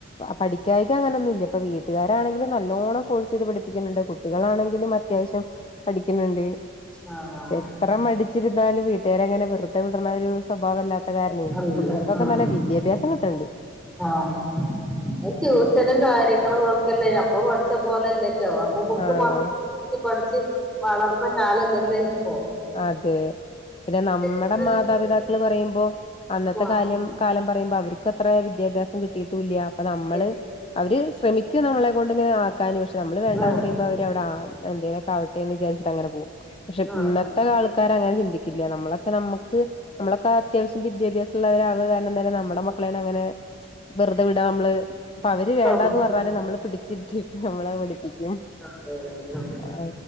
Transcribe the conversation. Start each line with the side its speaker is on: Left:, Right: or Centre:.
Left: പഠിക്കായികാ അങ്ങനെന്നുല്ല ഇപ്പ വീട്ടുകാരാണെങ്കിലും നല്ലോണ്ണം ഫോഴ്സ് ചെയ്ത് പഠിപ്പിക്കുന്നുണ്ട് കുട്ട് കുട്ടികളാണെങ്കിലും അത്യാവശ്യം പഠിക്കുന്നുണ്ട്.
Centre: ആഹ്
Left: എത്ര മടിച്ചിരുന്നാലും വീട്ട് വീട്ട്കാര് അങ്ങനെ വെറുതെ വിടണ ഒരു സ്വഭാവം അല്ലാത്ത കാരണേ
Centre: അറിയില്ല
Left: കുട്ടികൾക്കൊക്കെ
Centre: ആഹ്
Left: നല്ല വിദ്യാഭ്യസം കിട്ടുന്നുണ്ട്
Centre: ആഹ് അഹ് ട്യൂഷനും കാര്യങ്ങളും ഒക്കെല്ലേ ഞമ്മള് പഠിച്ച <unintelligible> പോലെ അല്ലെ ല്ലൊ അമ്മള് ബുക്ക്
Left: ആഹ്
Centre: മാ <unintelligible> പഠി ച്ച്‌ വളർന്ന കാലല്ലല്ലൊ അഹ്
Left: അതെ പിന്നെ നമ്മടെ
Centre: ഇത്
Left: മാതാപിതാക്കള് പറയ്മ്പോ അന്നത്തെ
Centre: ആഹ്
Left: കാല്യം കാലം പറയുമ്പോ അവർക്കും അത്ര വിദ്യാഭ്യാസം കിട്ടിയിട്ടുല്ല്യാ അപ്പ നമ്മള്
Centre: ശരി.
Left: അവര് ശ്രമിക്കും നമ്മളെ കൊണ്ട്ങ്ങനെ ആ ക്കാന് പക്ഷേ നമ്മള് വേണ്ടാന്ന്
Centre: ആഹ്
Left: പറയ്മ്പം അവര് അവിട ആഹ് എന്തേലൊക്കാവട്ടെന്ന് വിചരിച്ചു ട്ടങ്ങനെ പോകും പക്ഷേ
Centre: ആഹ്
Left: ഇന്നത് <unintelligible> ആൾക്കാരങ്ങനെ ചിന്തിക്കില്ല നമ്മളൊക്കെ നമുക്ക് നമ്മളൊക്കെ അത്യാവശ്യം വിഭ്യാസുള്ള <unintelligible> നമ്മുടെ മക്കളെ അങ്ങനെ വെറുതെ വിടാം നമ്മള് അവര് വേണ്ടാന്ന്
Centre: സമ്മതിച്ചു.
Left: പറഞ്ഞാലും നമ്മള് പിടി ചിരിച്ച് നമ്മളെ പഠിപ്പിക്കും
Centre: അതെ അതെ
Left: ആ